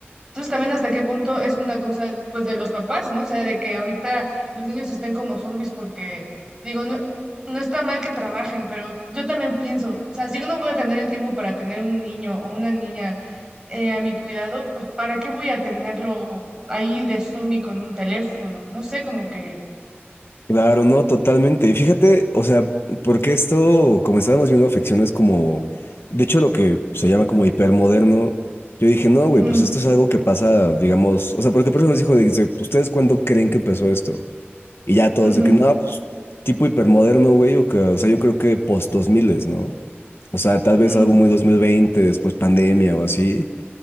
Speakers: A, on the right; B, on the left.
A: Entonces también hasta qué punto es una cosa, pues, de los papás, ¿no? O sea, de que ahorita los niños estén como zombies porque... Digo, no, no está mal que trabajen, pero yo también pienso, o sea, si yo no voy a tener el tiempo para tener un niño o una niña eh, a mi cuidado, pues ¿para qué voy a tenerlo ahí de zombie con un teléfono? No sé, como que...
B: Claro, no, totalmente. Y fíjate, o sea, porque esto, como estábamos viendo afecciones como, de hecho, lo que se llama como hipermoderno, yo dije, no, güey,
A: mm,
B: pues esto es algo que pasa, digamos, o sea, porque por eso nos dijo, de, dice, ¿ustedes cuándo creen que empezó esto? Y ya todos
A: ujú,
B: de que, no, pues, tipo hipermoderno, güey, o que, o sea, yo creo que post 2000, ¿no? O sea, tal vez
A: mm,
B: algo muy 2020 después pandemia o así.